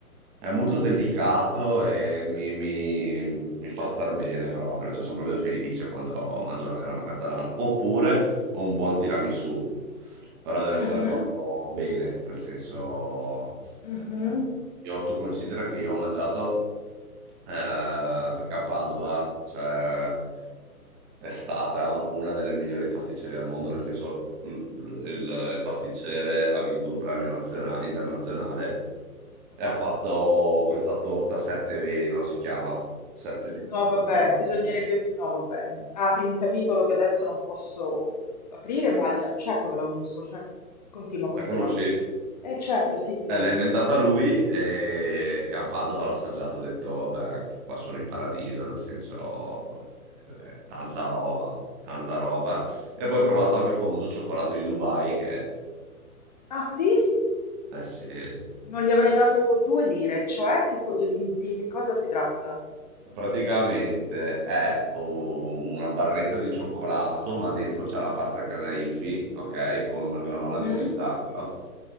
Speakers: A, on the right; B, on the left.
A: è molto delicato e mi, mi- mi fa star bene proprio, cioè sono proprio felice quando mangio la crema catalana, oppure un buon tiramisù, però deve
B: Mhm,
A: essere fatto bene, nel senso
B: mhm.
A: eh, io, tu considera che io ho mangiato, eh, perché a Padova, cioè, è stata una delle migliori pasticcerie al mondo, nel senso, l- l- il, il pasticcere ha vinto un premio nazionale, internazionale e ha fatto questa torta sette veli, no? Si chiama sette veli
B: No,
A: di
B: vabbè,
A: cioccolata.
B: bisognerebbe...
A: no?
B: No, vabbè, apri un capitolo che adesso non posso aprire, ma il- certo che la conosco, certo. Continua, continua.
A: La conosci?
B: Eh, certo, sì, che la
A: Eh,
B: conosco.
A: l'ha inventata lui e a Padova l'ho assaggiato, ho detto, vabbè, qua sono in paradiso, nel senso, eh, tanta roba, tanta roba. E poi ho provato anche il famoso cioccolato di Dubai, che,
B: Ah, sì?
A: eh sì,
B: Non gli avrei dato due lire, cioè che co- di, di che cosa si tratta?
A: Praticamente è u- una barretta di cioccolato, ma dentro c'è la pasta Kadaifi, ok? Con una granola
B: Mhm,
A: di pistacchio.